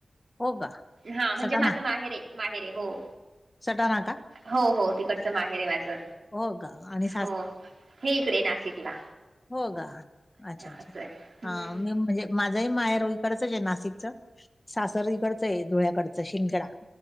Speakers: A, on the left; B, on the right.
A: हो का
B: हा म्हणजे
A: सटाणा
B: माझं माहेर आहे माहेर आहे हो
A: सटाणा का
B: हो हो तिकडचं माहेर आहे माझं
A: हो का? आणि
B: हो हे इकडे नाशिकला
A: होकार? अच्छा अच्छा
B: असं आहे हम्म
A: हा मी म्हणजे माझंही माहेर इकडचच आहे नाशिकच सासर इकडचं आहे धुळ्याकडच सिंदखेडा